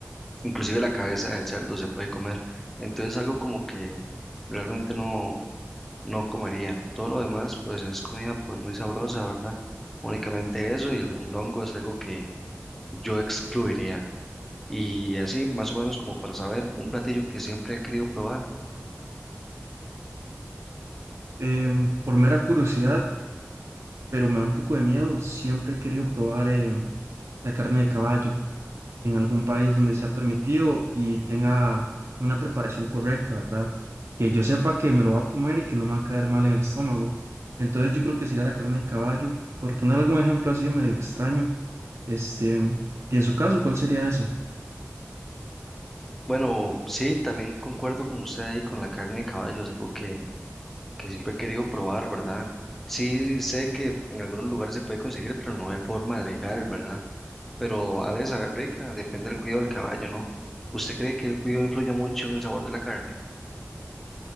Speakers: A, in the centre; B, on the right.
A: inclusive la cabeza del cerdo se puede comer. Entonces algo como que realmente no, no comería. Todo lo demás pues es comida pues muy sabrosa, ¿verdad? Únicamente eso y el mondongo es algo que yo excluiría. Y así más o menos como para saber, un platillo que siempre he querido probar.
B: Em, por mera curiosidad, pero me da un poco de miedo, siempre he querido probar em, la carne de caballo en algún país donde sea permitido y tenga una preparación correcta, ¿verdad? Que yo sepa que me lo va a comer y que no me va a caer mal en el estómago. Entonces yo creo que sería la carne de caballo, por poner algún ejemplo así medio extraño. Este, y en su caso, ¿cuál sería esa?
A: Bueno, sí, también concuerdo con usted ahí con la carne de caballo, es algo que que siempre he querido probar, ¿verdad? Sí sé que en algunos lugares se puede conseguir, pero no de forma legal, ¿verdad? Pero ha de saber rica, depende del cuidado del caballo, ¿no? ¿Usted cree que el cuidado influye mucho en el sabor de la carne?